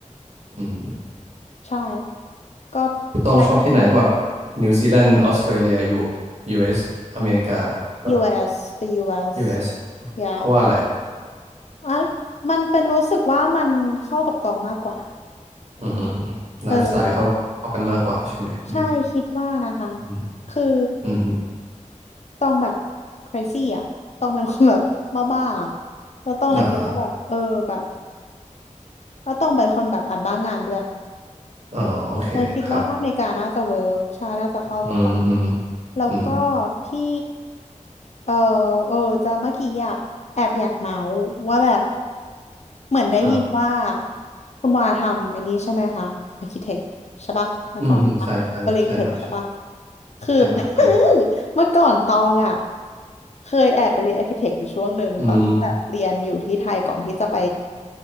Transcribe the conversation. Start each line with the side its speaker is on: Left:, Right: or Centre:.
Right: อืม
Left: ใช่ก็
Right: ต้องชอบที่ไหนกว่าแบบนิวซีแลนด์ออสเตรเลียยู
Left: ไป
Right: ยูเอสอเมริกาแบบ
Left: US the US
Right: ยูเอส
Left: yeah
Right: เพราะว่าอะไรอะ
Left: อ่ะมันเป็นรู้สึกว่ามันเข้ากับตองมากกว่า
Right: อืมไลฟ์สไตล์เข้าเข้ากันมากกว่าใช่ไหมอืม
Left: เออใช่คิดว่านะคะ
Right: อืม
Left: คือ
Right: อืม
Left: ต้องแบบ crazy อ่ะต้องเป็นคนแบบบ้าๆอะแล้วต้องเลยคิดว่าแบบเออแบบ
Right: อ่า
Left: แล้วต้องเป็นคนแบบอ่านบ้างานด้วย
Right: อ๋อโอเคครับ
Left: เราคิดว่าถ้าอเมริกาน่าจะเวิร์กใช่น่าจะเข้ากับเรา
Right: อืมอืม
Left: แล้วก็
Right: อืม
Left: ที่เออเออจะเมื่อกี้อะแอบอยากเมาส์ว่าแบบเหมือนได้ยินว่า
Right: ครับ
Left: คุณวาทำไอ้นี้ใช่ไหมคะอาร์คิเทคใช่ปะมาก่อนปะเาเรียนอาร์คิเทคใช่ปะ
Right: อืมอืมใช่ใช่ใช่ครับใช่
Left: คือ
Right: ใช่ครับไอ
Left: <laughs> เมื่อก่อนตองอะเคยแอบไปเรียนอาร์คิเทคอยู่ช่วงหนึ่งตอนที่แบบเรียนอยู่ที่ไทยก่อนที่จะไป
Right: อืม